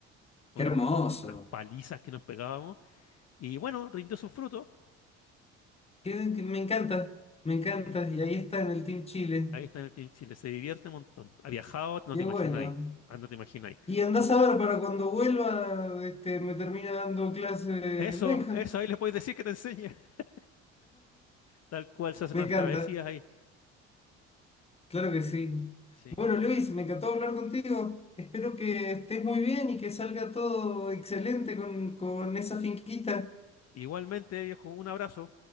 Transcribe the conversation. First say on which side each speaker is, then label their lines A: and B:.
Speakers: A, on the left; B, on the left.
A: Unas,
B: Qué hermoso.
A: unas palizas que nos pegábamos. Y bueno, rindió sus frutos.
B: Qué- qué- me encanta, me encanta.
A: Sí.
B: Y ahí está en el Team Chile.
A: Ahí está en el Team Chile. Se divierte un montón. Ha viajado, no
B: Qué
A: te imagináis.
B: bueno.
A: Ah, no te imagináis.
B: Y andás
A: Ah,
B: a ver para cuando vuelva, este, me termina dando clase
A: Eso,
B: el Benja.
A: eso, ahí le podéis decir que te enseñe. <laughs> Tal cual se hacen
B: Me
A: unas
B: encanta.
A: travesías ahí.
B: Claro que sí.
A: Sí.
B: Bueno, Luis, me encantó hablar contigo. Espero que estés muy bien y que salga todo excelente con, con esa finquita.
A: Igualmente, viejo, un abrazo.